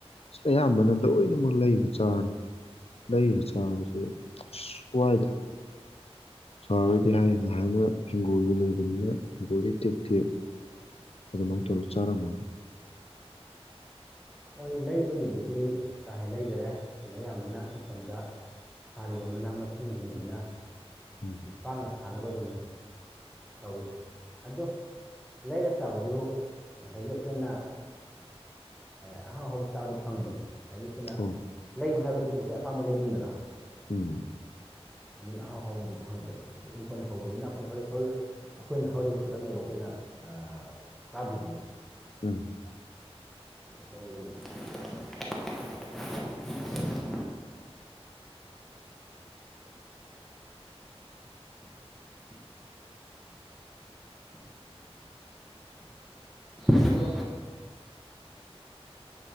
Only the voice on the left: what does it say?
ꯑꯌꯥꯝꯕꯅ ꯂꯣꯏꯅꯃꯛ ꯂꯩꯔ ꯆꯥꯔꯦ ꯂꯩꯔ ꯆꯥꯕꯁꯦ ꯁ꯭ꯋꯥꯏꯗ ꯆꯥꯔꯣꯏꯗꯤ ꯍꯥꯏꯌꯦꯅ ꯍꯥꯏꯅ ꯍꯤꯡꯒꯣꯜꯗꯨ ꯂꯩꯕꯅꯤꯅ ꯍꯤꯡꯒꯣꯜꯗꯤ ꯇꯦ ꯇꯦꯛ ꯑꯗꯨꯃꯥꯏꯅ ꯇꯧꯔꯒ ꯆꯥꯔꯝꯒꯅꯤ
ꯎꯝ
ꯑꯣ
ꯎꯝ
ꯎꯝ